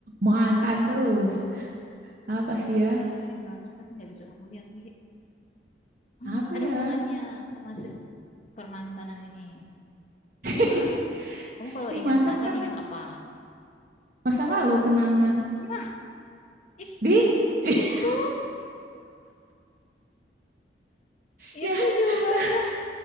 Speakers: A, on the right; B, on the left.
A: Mantan terus.
B: ya
A: Apa
B: apa
A: sih
B: yang
A: ya?
B: selalu ada di belakang tapi nggak bisa kamu lihat nih hmm,
A: Apa
B: ada
A: ya?
B: hubungannya sama sis permantanan ini
A: <laughs>
B: coba kamu kalau
A: Si
B: ingat
A: mantan
B: mantan
A: kan
B: ingat apa
A: masa lalu kenangan.
B: nah ih
A: Di? <laughs>
B: itu
A: Ya,
B: itu jawabannya
A: ta-